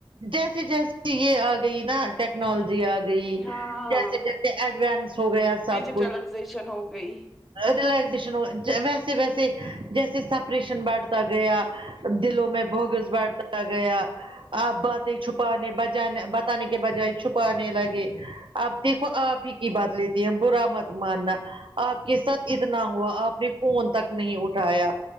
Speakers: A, on the right (about 70°); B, in the centre.
A: جیس جیسے یہ آ گئی نا ٹیکنالوجی آ گ گئی
B: ہاں
A: جیسے جیسے ایڈوانس ہو گیا سب
B: ڈیجیٹلائزیشن
A: کچھ
B: ہو گئی
A: ریلیکزیشن ہو ویسے ویسے جیسے سپریشن بڑھتا گیا دلو میں بگس بیٹھ تا گیا آپ باتیں چھپانے بجانے بتانے کے بجائے چھپانے لگے اب دیکھو آپ ہی کی بات لیتی ہوں برا مت ماننا آپ کے ساتھ اتنا ہوا آپ نے فون تک نہیں اٹھایا